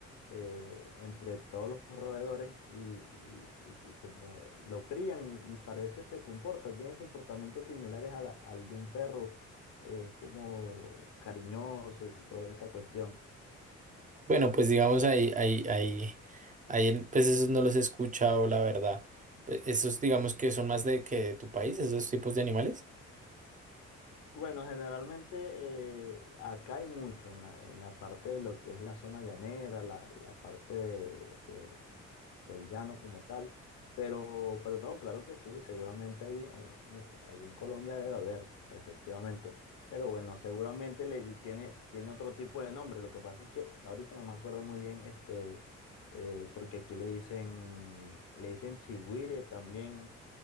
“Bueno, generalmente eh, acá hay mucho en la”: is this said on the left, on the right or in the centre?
Left